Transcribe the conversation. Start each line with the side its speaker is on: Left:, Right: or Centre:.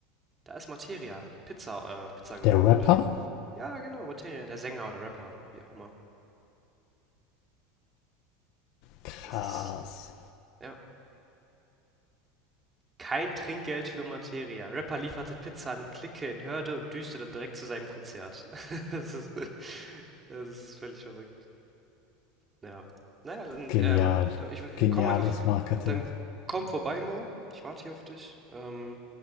Right: Da ist Materia, Pizza, äh, Pizza gefahren
Left: Der Rapper?
Right: für den. Ja, genau, Materia, der Sänger oder Rapper, wie auch immer.
Left: Krass.
Right: Das ist, ja, kein Trinkgeld für Materia. Rapper lieferte Pizza an Clique in Hörde und düste dann direkt zu seinem Konzert. <laughs> Das ist, das ist völlig verrückt. Ja. Naja, dann,
Left: Genial.
Right: ähm, da- ich w-
Left: Geniales
Right: komm einfach,
Left: Marketing.
Right: dann komm vorbei, Mo. Ich warte hier auf dich. Ähm,